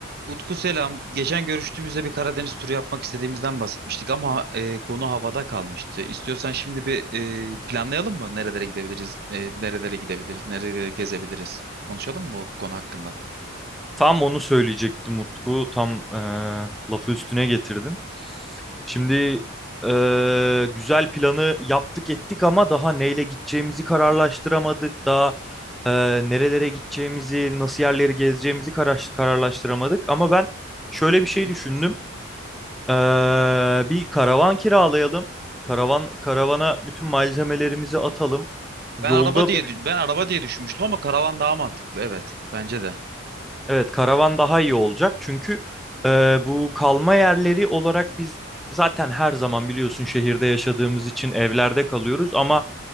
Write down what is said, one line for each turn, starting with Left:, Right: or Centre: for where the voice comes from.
Right: Utku selam. Geçen görüştüğümüzde bir Karadeniz turu yapmak istediğimizden bahsetmiştik ama e, konu havada kalmıştı. İstiyorsan şimdi bir e, planlayalım mı? Nerelere gidebiliriz? E, nerelere gidebiliriz? Nerelere gezebiliriz? Konuşalım mı bu konu hakkında?
Centre: Tam onu söyleyecektim Utku. Tam e, lafı üstüne getirdin. Şimdi e, güzel planı yaptık ettik ama daha neyle gideceğimizi kararlaştıramadık. Daha e, nerelere gideceğimizi, nasıl yerleri gezeceğimizi karar- kararlaştıramadık. Ama ben şöyle bir
Right: Hı
Centre: şey
Right: hı.
Centre: düşündüm. E, bir karavan kiralayalım. Karavan karavana bütün malzemelerimizi atalım. Yolda
Right: Ben araba diye ben araba diye düşünmüştüm ama karavan daha mantıklı. Evet, bence de.
Centre: Evet, karavan daha iyi olacak çünkü e, bu kalma yerleri olarak biz zaten her zaman biliyorsun şehirde yaşadığımız için evlerde kalıyoruz ama